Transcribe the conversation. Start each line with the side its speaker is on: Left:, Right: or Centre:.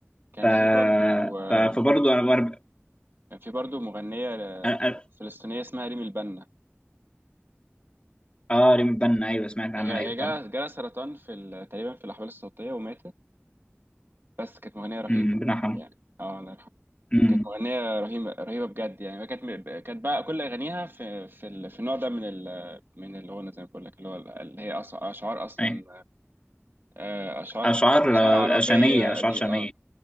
Right: كان
Left: ف...
Right: في برضو آه
Left: ف... فبرضه انا وانا ب-
Right: كان في برضو مغنية آه،
Left: أنا- أنا-
Right: فلسطينية اسمها ريم البنا
Left: اه ريم بنا ايوه سمعت عنها
Right: هي
Left: ايوه
Right: هي جالها
Left: طبعا
Right: جالها سرطان في ال- تقريبا في الأحوال الصوتية وماتت بس كانت مغنية رهيبة
Left: امم ربنا يرحمه
Right: يعني اه الله يرحمها
Left: امم
Right: كانت مغنية رهيبة رهيبة بجد يعني كانت م- كانت بقى كل أغانيها في في ال- في النوع ده من ال من الغنى زي ما بقول لك اللي هو ال- اللي هي أص- أشعار أصلا
Left: ايوه
Right: آه، أشعار
Left: اشعار
Right: أشعار
Left: آه،
Right: عربية
Left: شاميه اشعار
Right: دي
Left: شاميه
Right: اه